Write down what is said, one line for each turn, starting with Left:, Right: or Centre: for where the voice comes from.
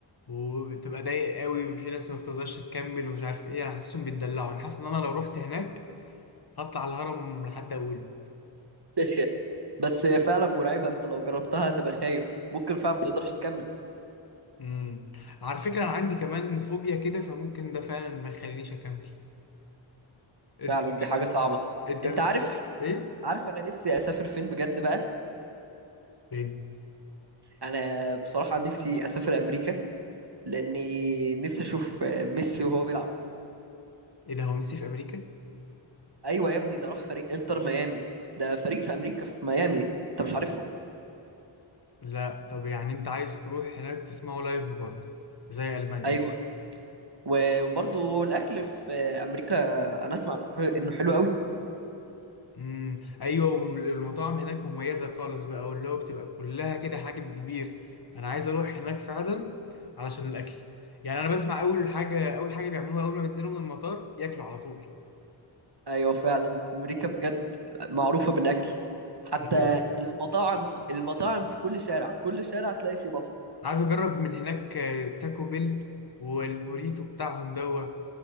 Left: وبتبقى ضايق قوي وفي ناس ما بتقدرش تكمل ومش عارف ايه انا حاسسهم بيتدلعوا انا حاسس ان انا لو رحت هناك هطلع الهرم لحد اوله
Right: <laughs> بس هي فعلا مرعبه انت لو جربتها هتبقى خايف ممكن فعلا ما تقدرش تكمل
Left: امم على فكرة انا عندي كمان فوبيا كده فممكن ده فعلا ما يخلينيش اكمل انت
Right: فعلا دي حاجه صعبه
Left: انت
Right: انت
Left: قبل
Right: عارف
Left: كده- ايه
Right: عارف انا نفسي اسافر فين بجد بقى
Left: فين
Right: انا بصراحة نفسي اسافر امريكا لاني نفسي اشوف ميسي وهو بيلعب
Left: ايه ده هو ميسي في امريكا
Right: ايوه يا ابني ده راح فريق انتر ميامي ده فريق في امريكا في ميامي انت مش عارفه
Left: لا طب يعني انت عايز تروح هناك تسمعه لايف برضه زي المانيا
Right: ايوه و- وبرضه الاكل في امريكا انا اسمع إنه حلو- انه حلو قوي
Left: امم ايوه وم- المطاعم هناك مميزة خالص بقى واللي هو بتبقى كلها كده حجم كبير انا عايز اروح هناك فعلا علشان الاكل يعني انا بسمع اول حاجة اول حاجة بيعملوها اول ما بينزلوا من المطار ياكلوا على طول
Right: ايوه فعلا امريكا بجد معروفة بالاكل حتى
Left: أيوة.
Right: المطاعم المطاعم في كل شارع كل شارع تلاقي فيه مطعم
Left: عايز اجرب من هناك آه، تاكو بيل والبوريتو بتاعهم دوا